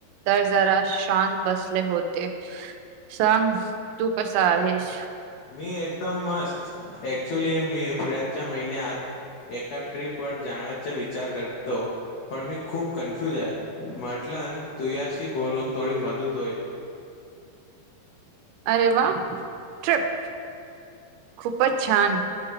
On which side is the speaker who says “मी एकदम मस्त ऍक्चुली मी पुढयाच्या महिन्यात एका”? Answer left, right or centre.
Left